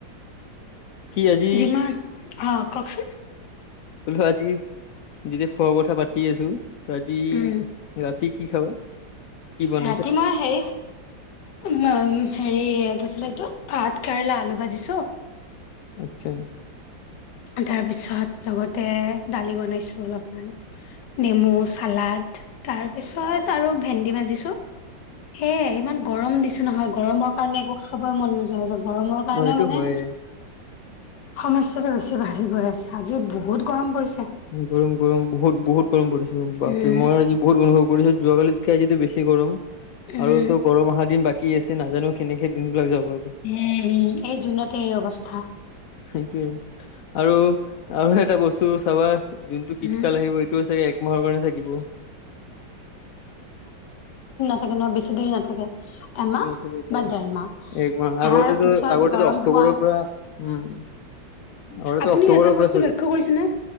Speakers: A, on the left; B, on the left.
A: আজি
B: যিমান, অ কওকচোন
A: হলেও আজি যেতিয়া খোৱা কথা পাতি আছো আজি
B: উম
A: ৰাতি কি খাবা? কি বনাইছা
B: ৰাতি মই হেৰি হেৰি কি আছিলে এইটো ভাত কেৰেলা আলু ভাজিছো।
A: আত্ছা।
B: তাৰপিছত, লগতে দালি বনাইছো অলপমান নেমু চালাড তাৰ পিছত আৰু ভেন্দি ভাজিছো সেইয়াই ইমান গৰম দিছে নহয় গৰমৰ কাৰণে একো খাবই মন নোযোৱা হল গৰমৰ কাৰণে
A: অ এইটো
B: মানে
A: হয়
B: সমস্যাটো বেছি বাঢ়ি গৈ আছে আজি বহুত গৰম পৰিছে।
A: গৰম - গৰম, বহুত - বহুত গৰম পৰিছে বাপৰে
B: উম
A: আজি বহুত অনুভৱ কৰিছে যোৱাকালি আজিতো বেছি গৰম
B: উম
A: আৰু তো গৰম অহা দিন বাকী আছে নাজানো কেনেকে দিন বিলাক যাব আৰু,
B: উম উম এই জুনতে এই অৱস্থা
A: সেইটোৱে। আৰু- আৰু এটা বস্তু চাবা, যোনটো শীতকাল
B: উম,
A: আহিব এইটো চাগে একমাহৰ কাৰণে থাকিব।
B: থাকে ন, বেছি দেৰি নাথাকে। এমাহ
A: চাগে এইটোৱে
B: বা দেৰমাহ
A: একমাহ
B: তাৰ
A: আগতেতো
B: পিছত
A: আগতেতো
B: গৰম
A: অক্টোবৰৰ
B: হোৱা
A: পৰা উম আগতেতো
B: আপুনি
A: অক্টোবৰৰ
B: এটা
A: পৰা
B: বস্তু
A: চলি
B: লক্ষ্য কৰিছে ন